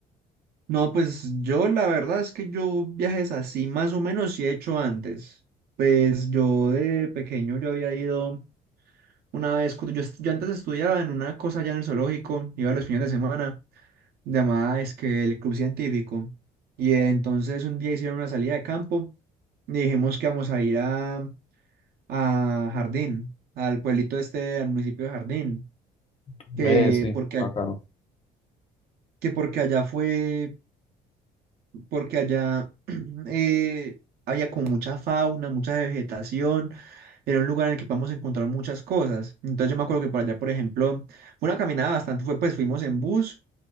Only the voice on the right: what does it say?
No, pues yo la verdad es que yo viajes así más o menos sí he hecho antes. Pues yo de pequeño yo había ido una vez, cuando yo, est- yo antes estudiaba en una cosa allá en el zoológico, iba los fines de semana, llamada es que el club científico. Y entonces un día hicieron una salida de campo y dijimos que vamos a ir a, a Jardín, al pueblito este, al municipio de Jardín,
que
porque,
a-
que porque allá fue, porque allá <clears throat> eh, había como mucha fauna, mucha vegetación, era un lugar en el que podemos encontrar muchas cosas. Entonces yo me acuerdo que por allá, por ejemplo, fue una caminada bastante, fue, pues fuimos en bus